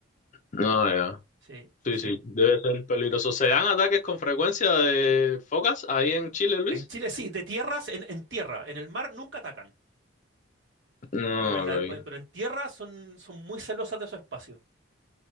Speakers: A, on the left (about 40°); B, on the right (about 60°).
A: No, ya.
B: Sí,
A: Sí,
B: sí.
A: sí, debe ser peligroso. ¿Se dan ataques con frecuencia de focas ahí en Chile, Luis?
B: En Chile sí, de tierras, en, en tierra, en el mar nunca atacan,
A: No,
B: pero en, la-
A: ok.
B: pero en tierra son, son muy celosas de su espacio.